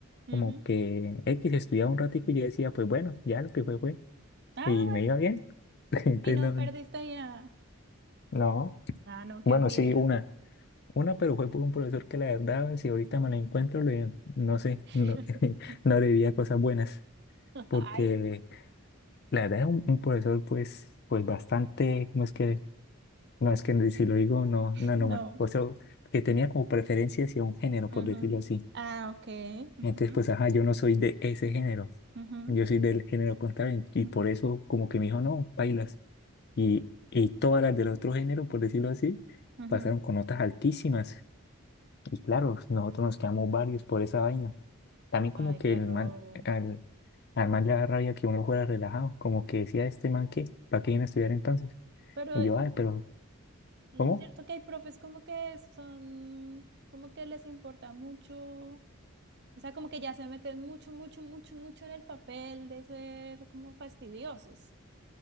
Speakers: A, on the right; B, on the left.
A: Ujú.
B: como que X estudiaba un ratico y yo decía, pues bueno, ya lo que fue, fue.
A: Ah,
B: Y me
A: bueno.
B: iba bien. <laughs> Entonces,
A: Y no
B: no,
A: perdiste ya.
B: no.
A: Ah, no, qué
B: Bueno,
A: envidia.
B: sí, una. Una, pero fue por un profesor que la verdad, si ahorita me la encuentro, le- no sé,
A: <laughs>
B: no, <laughs> no le diría cosas buenas. Porque
A: Ay,
B: la verdad es un, un profesor, pues, pues bastante, ¿cómo es que? No, es que si lo digo, no, no,
A: no.
B: no. O sea, que tenía como preferencia hacia un género, por
A: Ujú.
B: decirlo así.
A: Ah, ok. Ujú.
B: Entonces, pues, ajá, yo no soy de ese género.
A: Ujú,
B: Yo soy del género contrario. Y
A: ujú,
B: por eso, como que me dijo, no, bailas. Y, y todas las del otro género, por decirlo así,
A: ujú.
B: pasaron con notas altísimas. Y claro, nosotros nos quedamos varios por esa vaina. También, como
A: Ay,
B: que
A: qué
B: el
A: robo.
B: man, al, al man le da rabia que uno fuera relajado. Como que decía, este man, ¿qué? ¿Para qué viene a estudiar entonces?
A: Pero
B: Y
A: eh,
B: yo, ay, pero,
A: mm,
B: ¿cómo?
A: cierto que hay profes como que son, como que les importa mucho, o sea, como que ya se meten mucho, mucho, mucho, mucho en el papel de ser como fastidiosos.